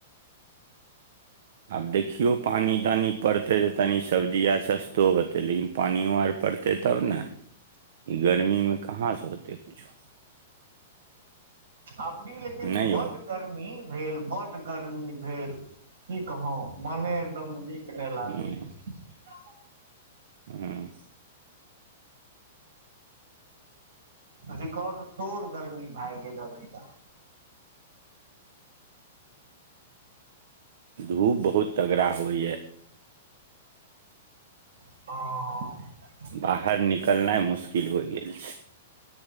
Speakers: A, on the right; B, on the right.
A: आब देखियौ पानि तानि पड़तै तऽ तनि सबजी आर सस्तो हेतै लेकिन पानिओ आर पड़तै तब ने ई गर्मीमे कहाँसँ होतै किछो
B: अबरी लेकिन
A: नहि
B: बड्ड
A: यौ
B: गर्मी भेल बड्ड गरमी भेल की कहौ मने एकदम नीक नहि
A: हूँ
B: लागै या
A: हूँ
B: रिकॉर्ड तोड़ गर्मी भए गेल अबरिका
A: धूप बहुत तगड़ा होइया
B: हँ-अ
A: बाहर निकलनाइ मुश्किल होई गेल छै